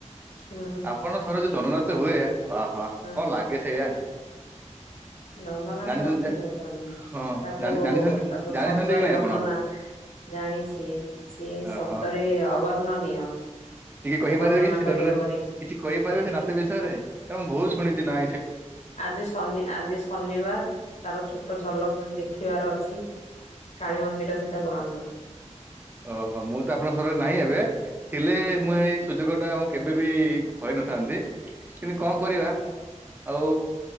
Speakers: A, on the left; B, on the right.
A: ହୁଁ।
B: ଆପଣଙ୍କ! ସହରରେ ଯଉ ଦଣ୍ଡୁନାଚ ହୁଏ, ଆହାଃ କଣ
A: ହୁଁ
B: ଲାଗେ ସେଇଆ?
A: ଦଣ୍ଡନାଚ
B: ଜାଣିଛନ୍ତି
A: କଥା କୁହନ୍ତୁନି।
B: ହଁ
A: ତାକୁ
B: ଜାଣି ଜାଣିଛନ୍ତି
A: ତାକୁ
B: ଜାଣିଛନ୍ତି
A: ଶବ୍ଦରେ
B: କି ନାଇଁ
A: ବର୍ଣ୍ଣନା
B: ଆପଣ
A: ଜାଣିଛି। ସିଏ ଶବ୍ଦରେ
B: ଓହୋ
A: ଅବର୍ଣ୍ଣନୀୟ।
B: ଟିକେ
A: ତାକୁ
B: କହିପାରିବେ
A: ବର୍ଣ୍ଣନା
B: କିଛି
A: କରିହବନି
B: ଦଣ୍ଡ ନା, କିଛି କହିପାରିବେ ସେ ନାଚ ବିଷୟରେ? କାରଣ, ମୁଁ ବହୁତ ଶୁଣିଛି ନା
A: ଆଜି ଶନି ଆଜି ଶନିବାର, ତାର ଛୋଟ ଝଲକ ଯଦି ଦେଖିବାର ଅଛି। କାଳୀ ମନ୍ଦିର ସିଧା ପଳନ୍ତୁ।
B: ଓହୋ! ମୁଁ ତ ଆପଣଙ୍କ ସହାରରେ ନାହିଁ ଏବେ, ଥିଲେ
A: ହୁଁ
B: ମୁଁ ଏଇ ସୁଯୋଗ ଟା ଆଉ କେବେ ବି ହରେଇନଥାନ୍ତି, କିନ୍ତୁ
A: ହୁଁ
B: କଣ କରିବା? ଆଉ